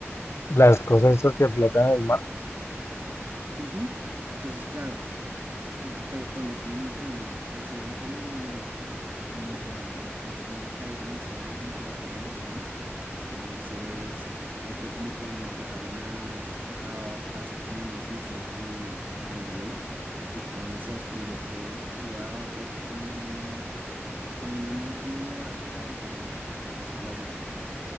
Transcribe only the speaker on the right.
Ujú. Entonces, claro, pe- paulatinamente, o bueno, recibieron como, mm, como que una caída masiva en la temperatura del océano. Entonces, ahí fue como cuando empezaron a, a hacer como una oclusión en el, en el hielo. Y fue donde se descubrió que iba a haber un, como una, nu- una nueva era de hielo, por decirlo así.